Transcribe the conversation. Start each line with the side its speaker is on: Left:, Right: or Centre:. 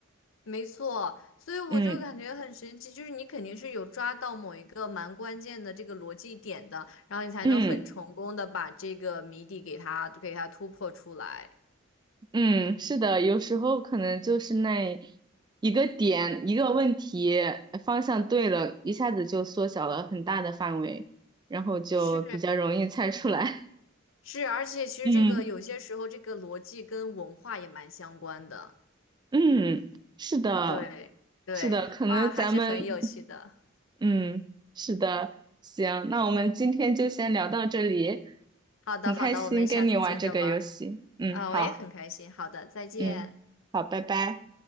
Left: 没错，所以我就感觉很神奇，
Right: 嗯。
Left: 就是你肯定是有抓到某一个蛮关键的这个逻辑点的，然后你才能很成功的把这个谜底给它给它突破出来。
Right: 嗯嗯，是的，有时候可能就是那一个点，一个问题方向对了，一下子就缩小了很大的范围，然后就比较容易猜出来。
Left: 是是，而且其实这个有些时候这个逻辑跟文化也蛮相关的。
Right: <laughs> 嗯嗯，是的，
Left: 对对，
Right: 是的，可能咱们
Left: 哇，还是很有趣的。
Right: 嗯是的，行，那我们今天就先聊到这里，
Left: 好的好的，
Right: 很开心跟你玩这个游戏。
Left: 我们下次接着玩儿
Right: 嗯，
Left: 啊，
Right: 好，
Left: 我也很开心。好的，再见。
Right: 嗯，好，拜拜。